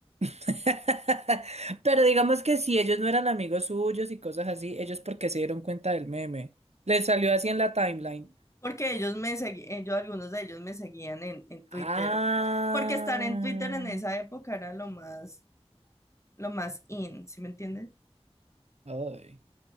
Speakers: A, on the right (about 75°); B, on the left (about 25°).
A: <laughs> Pero digamos que si ellos no eran amigos suyos y cosas así, ellos porque se dieron cuenta del meme. Les salió así en la timeline.
B: Porque ellos me seguían, yo, algunos de ellos me seguían en, en Twitter.
A: Ah.
B: Porque estar en Twitter en esa época era lo más lo más in, ¿sí me entiendes?
A: Ay.